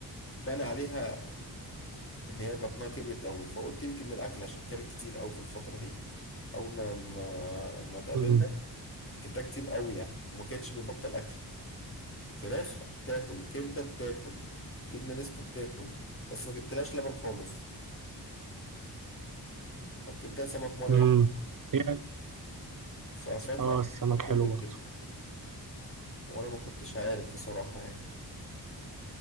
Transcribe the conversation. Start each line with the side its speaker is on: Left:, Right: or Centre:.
Left: بان عليها ان هي بطنها كبرت قوي فقلت يمكن من الاكل عشان كانت كتير قوي في الفتره دي اول ما ما, ما اتقابلنا
Right: مم.
Left: اكلتها كتير قوي يعني وما كانتش بتبطل اكل فراخ بتاكل كبدة بتاكل جبنة نستو بتاكل بس ما جبتلهاش لبن خالص أكلتها سمك مرة
Right: مم.
Left: واحدة
Right: هي
Left: ففجأة
Right: اه
Left: لقيتها
Right: السمك
Left: بتولد
Right: حلو برضه
Left: كده وأنا ما كنتش عارف بصراحة يعني